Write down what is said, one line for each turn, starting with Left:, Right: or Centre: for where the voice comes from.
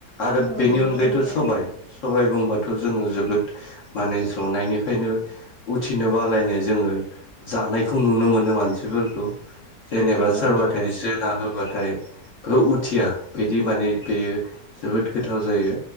Left: आरो
Right: औ
Left: बेनि
Right: नंगौ
Left: अनगायैथ'
Right: नोंथां
Left: सबाइ सबाइ बुंबा जोङो जोबोद माने जनायनिफ्रायनो उथिनो बालायनाय जोङो जा नायखौ नुनो मोनो मानसिफोर खौ जेनेबा
Right: नंगौ
Left: सोरबाथाय
Right: नोंथां
Left: जोना होबाथायबो उथिया बिदि माने बेयो जोबोद गोथाव जायो